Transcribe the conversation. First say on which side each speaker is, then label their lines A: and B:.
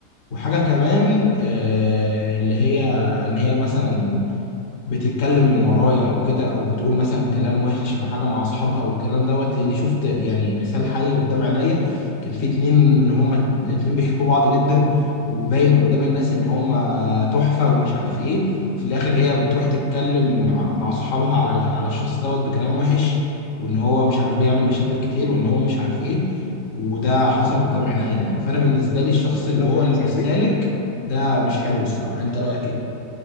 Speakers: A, on the left; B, on the left.
A: وحاجه كمان آه
B: إيه؟
A: اللي هي ان هي مثلا بتتكلم من ورايا او كده او بتقول مثلا كلام وحش او حاجه مع اصحابها والكلام دوت لاني شفت يعني مثال حي قدام عينيا كان في اتنين هما الاتنين بيحبوا بعض جدا وباين قدام الناس ان هما تحفه ومش عارف ايه في الاخر هي بتروح تتكلم مع مع اصحابها على ال- على الشخص دوت بكلام وحش وان هو مش عارف بيعمل مشاكل كتير وان هو مش عارف ايه وده حصل قدام عينيا يعني فانا بالنسبه لي الشخص اللي
B: وهما
A: هو اللي
B: متصاحبين
A: مش سالك ده مش حلو الصراحه انت رايك ايه